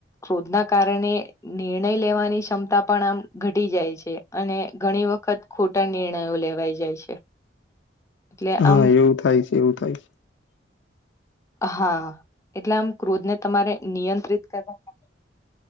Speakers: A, on the left (about 15°); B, on the left (about 70°).
A: ક્રોધના કારણે નિર્ણય લેવાની ક્ષમતા પ--ણ આમ ઘટી જાય છે અન ને અને ઘણી વખત ખોટા નિર્ણયો લેવાઈ જાય છે. એટલે
B: હા
A: આમ
B: એવું થાય છે એવું થાય છે
A: હા એટલે આમ ક્રોધને તમારે નિયંત્રિત કરવાે છે